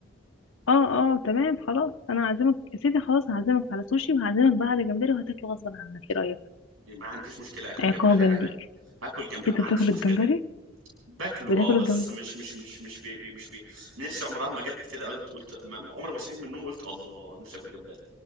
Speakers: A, on the left; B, on the right.
A: اه اه تمام خلاص انا هعزمك يا سيدي خلاص هعزمك على سوشي وهعزمك بقى على جمبري وهتاكله غصبا عنك ايه رايك
B: ما عنديش مشكله اكل
A: عقابا
B: جمبري عادي
A: ليك
B: هاكل جنب
A: إيه،
B: ما
A: انت بتاكل
B: عنديش مشكله
A: الجمبري
B: باكله
A: بتاكل
B: اه بس
A: الجمبري
B: مش مش مش مش بي بي مش بي نفسي عمرها ما جت كده قلت قلت ما- عمري ما صحيت من النوم قلت الله نفسي اكل جمبري